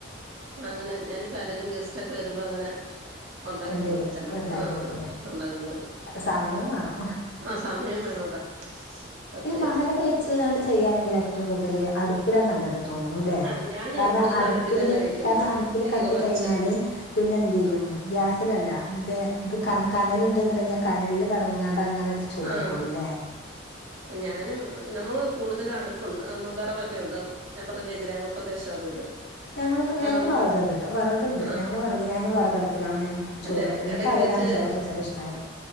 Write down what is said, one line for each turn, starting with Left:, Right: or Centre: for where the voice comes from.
Right: അങ്ങനെ ഞാനിപ്പരേലും ഗെസ്റ്റ് ഒക്കെ വരുമ്പോ അങ്ങനെ ഒണ്ടാക്കി
Left: എന്ത്
Right: കൊടുക്കും
Left: ചെയ്യും
Right: ചെല
Left: ഉണ്ടാക്കി
Right: ആഹ്
Left: കൊടുക്കല്ലേ
Right: ഉണ്ടാക്കുന
Left: സമയം വേണം
Right: ആഹ് സമയം വേണോടാ സത്യാ
Left: പിന്നെ മണലൊക്കെ വെച്ച് താണ്ട് ചെയ്യുകയാണെങ്കിൽ ഏറ്റവും കൂടുതൽ അടുപ്പിലാണ് നല്ലത് തോന്നുണു ല്ലേ
Right: ആഹ് ഞാന്
Left: കാരണം
Right: കൂടുതലും
Left: അടുപ്പില്
Right: അടുപ്പി തന്നെ വെക്കുന്നത്
Left: കാരണം അടുപ്പില്
Right: തീ
Left: കത്തി
Right: കൊറച്ച്
Left: കഴിഞ്ഞാല് പിന്നെ എന്ത് ചെയ്യും
Right: ആഹ്
Left: ഗ്യാസിലല്ല മറ്റേ ഇത്
Right: ഉം
Left: കനല് ഉണ്ടന്ന് ഉണ്ടെങ്കിൽ കനലില് കടന്നങ്ങാണ്ട് അങ്ങനെ ചൂടായിക്കോളും
Right: ആഹ്
Left: അല്ലേ
Right: ഞാനും നമ്മള് കൂടുതലും അടുപ്പുണ്ട് വിറകൊക്കെ ഉണ്ട് ഞാൻ പറഞ്ഞില്ലേ ഗ്രാമപ്രദേശമാ വീട്
Left: ഞങ്ങളത് ഞങ്ങൾക്കും
Right: വെറകും
Left: വറക് ഉണ്ട്ട്ടോ വിറക്ണ്ട്
Right: ആഹ്
Left: ഞങ്ങള് വറക് ഞാനും വറകടുപ്പ് ടുപ്പിലാണ് ചോറ്
Right: അല്ലെ
Left: വെക്കൽ
Right: എടക്ക്
Left: എനിക്ക് അതിലാണ്
Right: വെച്ച്
Left: ചോറൊക്കെ വെച്ചാ ഇഷ്ടകല്